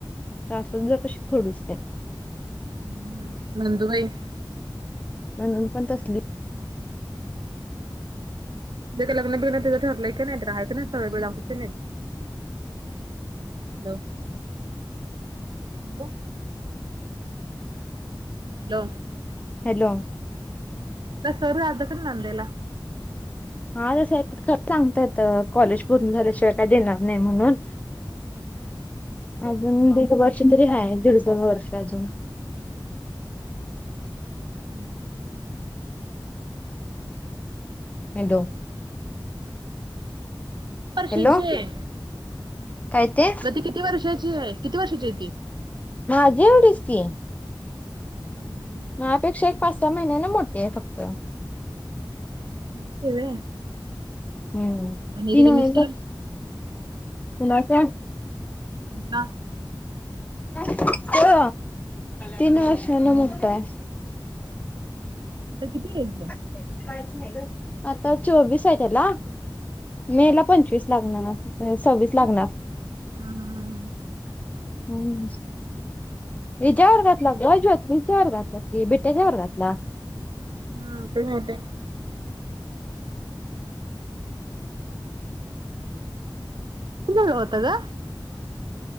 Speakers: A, on the left (about 15°); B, on the right (about 65°).
A: सासूचं जराशी खडूस हाय.
B: हम नंदुबाई?
A: ननंद पण तसली
B: तिचं काही लग्न बिग्न तिचं ठरलंय की नाही तिला हाय की नाही स्थळ बीळ दाखवतात की नाहीत? Hello, hello. हॅलो.
A: हॅलो.
B: तसं राहत का ननंदेला?
A: हा तसं आहेत खरं सांगता येत कॉलेज पूर्ण झाल्या शिवाय काय देनार नाही म्हणून अजून दी ड वर्ष तरी हाय दीड, दोन वर्ष तरी अजून.
B: हम.
A: हॅलो.
B: वर्षाची
A: हॅलो
B: हाय
A: काय ते?
B: किती वर्षाची हाय, किती वर्षाची हाय ती?
A: माझ्या एवढीच की.
B: हम् हम्
A: माझ्यापेक्षा एक पाच, सहा महिन्यानं मोठी हाय फक्त.
B: मोठी हाय व्हय.
A: हम
B: आणि
A: ती
B: तुझे
A: नोव्हेंबर
B: मिस्टर?
A: कुणाच्या?
B: बा
A: <inaudible> तो
B: हम्म.
A: तीन वर्षानं मोठा हाय.
B: आता किती एज हाय?
A: <inaudible> आता चोवीस हाय तेला मे ला पंचवीस लागणार. म्हणजे सव्वीस लागणार.
B: हा हा हा
A: हम्म हिच्या वर्गातला ग ज्योत हिच्या वर्गातला की, बीटाच्या वर्गातला.
B: हा ते माहितेय. हम् किती वेळ होत ग